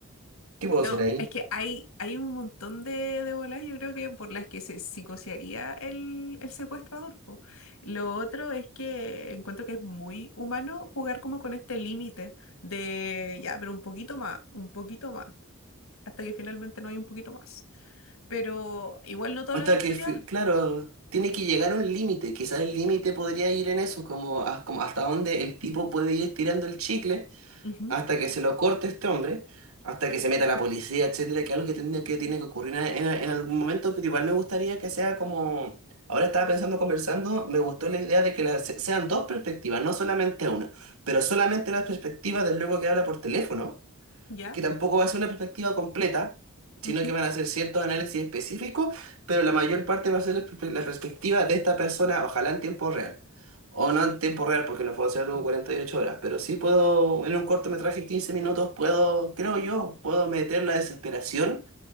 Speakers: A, on the right; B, on the left.
A: ¿Qué puedo
B: No,
A: hacer ahí?
B: es que hay, hay un montón de, de bolas, yo creo que por las que se psicosearía el, el secuestrador, po. Lo otro es que encuentro que es muy humano jugar como con este límite de ya, pero un poquito más, un poquito más, hasta que finalmente no hay un poquito más. Pero igual no todas
A: Hasta
B: las historias,
A: que, fi- claro, tiene que llegar a un límite, quizás el límite podría ir en eso, como, a- como hasta dónde el tipo puede ir tirando el chicle
B: ujú,
A: hasta que se lo corte este hombre, hasta que se meta la policía, etcétera, que algo que tiene que, tiene que ocurrir en, en- en algún momento, pero igual me gustaría que sea como, ahora estaba pensando, conversando, me gustó la idea de que la- se- sean dos perspectivas, no solamente una, pero solamente la perspectiva del luego que habla por teléfono
B: ya,
A: que tampoco va a ser una perspectiva completa,
B: ujú,
A: sino que van a ser ciertos análisis específicos, pero la mayor parte va a ser la perspe- la perspectiva de esta persona, ojalá en tiempo real. O no en tiempo real, porque no puedo hacer algo 48 horas, pero sí puedo, en un cortometraje de 15 minutos, puedo, creo yo, puedo meter la desesperación